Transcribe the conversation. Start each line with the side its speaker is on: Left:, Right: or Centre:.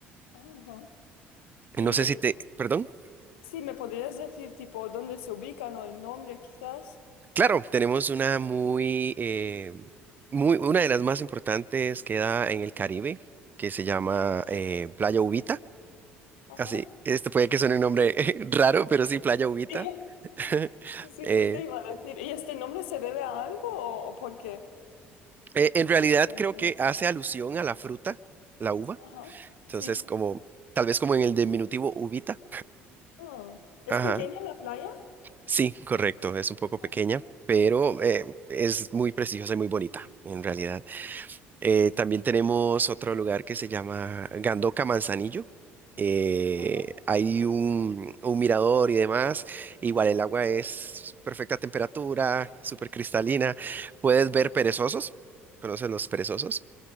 Left: Ajá. Y
Right: No sé si te, perdón.
Left: sí, ¿me podrías decir tipo dónde se ubican o el nombre quizás?
Right: Claro, tenemos una muy, eh, muy, una de las más importantes que da en el Caribe, que se llama eh, Playa Ubita.
Left: Ajá.
Right: Así, este puede que suene un nombre <laughs> raro, pero sí, Playa Ubita.
Left: <laughs>
Right: <laughs>
Left: Sí, sí,
Right: Eh,
Left: justo iba a decir. ¿Y este nombre se debe a algo o, o por qué?
Right: eh, en
Left: O
Right: realidad
Left: simplemente-
Right: creo que hace alusión a la fruta, la uva.
Left: Ajá.
Right: Entonces,
Left: Sí.
Right: como, tal vez como en el diminutivo ubita.
Left: Ah. ¿Es
Right: Ajá.
Left: pequeña la playa?
Right: Sí, correcto, es un poco pequeña,
Left: Ajá.
Right: pero eh, es muy preciosa y muy bonita, en realidad. Eh, también tenemos otro lugar que se llama Gandoca Manzanillo. Eh,
Left: Ajá.
Right: hay un, un mirador y demás. Igual el agua es perfecta temperatura, súper cristalina. Puedes ver perezosos. ¿Conocen los perezosos?